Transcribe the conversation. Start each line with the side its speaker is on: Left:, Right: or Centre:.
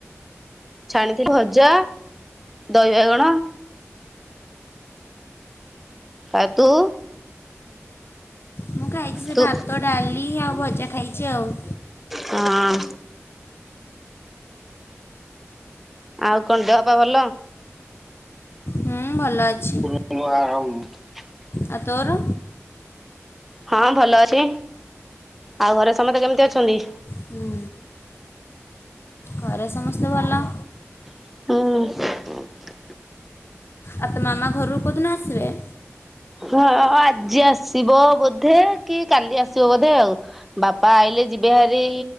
Centre: ଛାଣିଥିଲି ଭଜା ଦହି ବାଇଗଣ। ଆ ତୁ?
Left: ମୁଁ ଖାଇଚି ସେ
Centre: ତୁ
Left: ଭାତ, ଡାଲି ଆଉ ଭଜା ଖାଇଚି ଆଉ।
Centre: ହଁ ଆଉ କଣ ଦେହ ପାଅ ଭଲ?
Left: ହୁଁ ଭଲ ଅଛି।
Centre: ୱାଉ।
Left: ଆ ତୋର?
Centre: ହଁ ଭଲ ଅଛି। ଆଉ ଘରେ ସମସ୍ତେ କେମିତି ଅଛନ୍ତି?
Left: ହୁଁ ଘରେ ସମସ୍ତେ ଭଲ।
Centre: ହଁ।
Left: ଆଉ ତ ମାମା ଘରରୁ କଉଁଦିନ ଆସିବେ।
Centre: ହଁ ଆଜି ଆସିବ ବୋଧେ କି କାଲି ଆସିବ ବୋଧେ ଆଉ। ବାପା ଆଇଲେ ଯିବେ ହରି